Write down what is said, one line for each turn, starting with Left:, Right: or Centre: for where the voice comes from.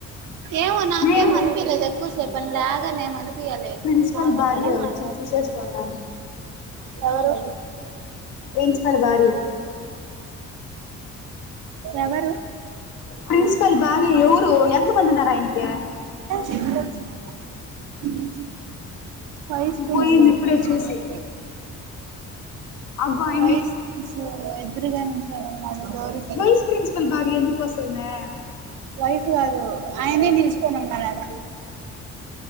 Right: ఏమో నాకేం
Left: మేం
Right: అనిపిలేదు ఎక్కువసేపని లాగని ఏమనిప్ ఇయలేదు
Left: ప్రిన్సిపల్
Right: నార్మలుగానే
Left: భార్య
Right: మాట్లాడత
Left: వచ్చి చూసేసి పోతాంది
Right: ఎవరు
Left: ప్రిన్సిపల్ భార్య
Right: ఎవరు
Left: ప్రిన్సిపల్ భార్య ఎవరు ఎంత మంది ఉన్నారాయనికి
Right: <inaudible> వైస్ ప్రిన్సిపల్
Left: పోయింది ఇప్పుడే చూసి అగ్గో ఆయమ్మి
Right: వైస్ ప్రిన్సిపల్ ఎద్దురుగా నించోనున్నాడు డోరికి
Left: వైస్ ప్రిన్సిపల్ భార్య ఎందుకు వస్తది మే
Right: వైఫ్ కాదు ఆయనే నిలిచుకోనున్నాడు ఆడ